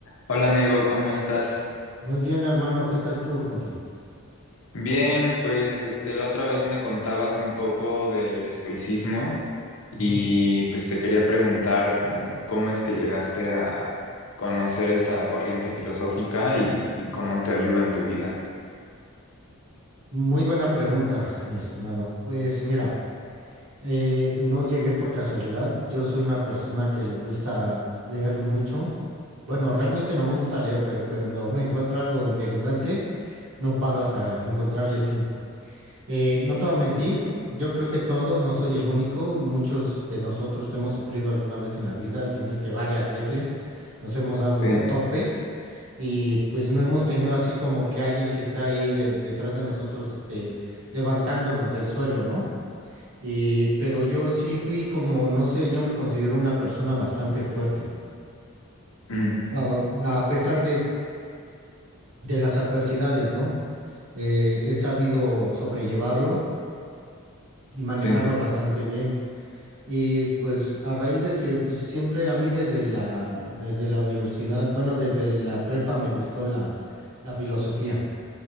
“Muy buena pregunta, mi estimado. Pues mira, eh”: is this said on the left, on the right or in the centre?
Right